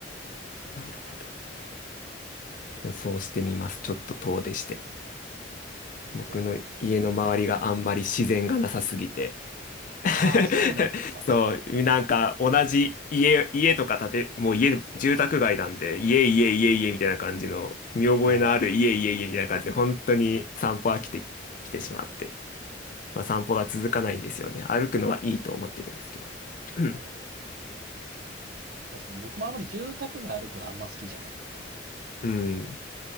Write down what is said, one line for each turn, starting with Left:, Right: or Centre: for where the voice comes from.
Left: なるほど。そうしてみます。ちょっと遠出して。僕の家の周りがあんまり自然がなさすぎて、
Right: ぜひ。でも、はい。ああ、
Left: <laughs>
Right: そうなんですか。
Left: そう、なんか同じ家、家とか建て、もう家、住宅街なんで、家、家、家、家みたいな感じの、見覚えのある家、
Right: ああ。
Left: 家、家みたいな感じで、本当に散歩飽きてきてしまって、まあ散歩が続かないんですよね。歩くのはいいと思ってるんですけど。うん。
Right: そうですね。確かに僕もあまり住宅街歩くのあんま好きじゃなくて、
Left: うん